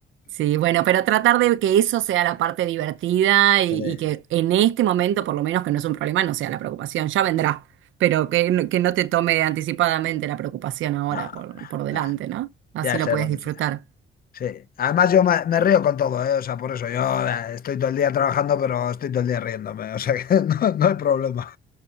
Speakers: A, on the right; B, on the left.
A: Sí, bueno, pero tratar de que eso sea la parte divertida y,
B: Eh,
A: y que en este momento, por lo menos, que no es un problema, no sea la preocupación. Ya vendrá. Pero que, no- que no te tome anticipadamente la preocupación ahora
B: no,
A: por,
B: no,
A: por delante,
B: no,
A: ¿no? Así
B: ya
A: lo
B: sé
A: puedes
B: lo
A: disfrutar.
B: que sea. Sí. Además yo me, me río con todo, ¿eh? O sea, por eso yo eh, estoy todo el día trabajando, pero estoy todo el día riéndome. O sea que <laughs> no, no hay problema.